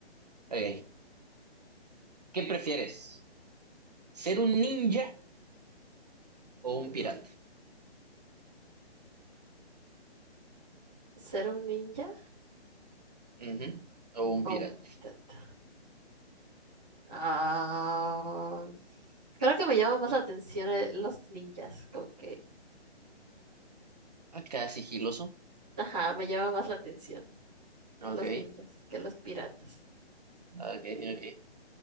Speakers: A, on the right; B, in the centre.
A: Ok. ¿Qué prefieres? ¿Ser un ninja o un
B: Ujú.
A: pirata?
B: ¿Ser un ninja
A: Ujú, O un pirata.
B: o un pirata? Ah, creo que me llama más la atención eh, los ninjas, como que,
A: Acá sigiloso.
B: ajá, me llama más la atención
A: Ok,
B: los ninjas que los piratas.
A: ok, ok.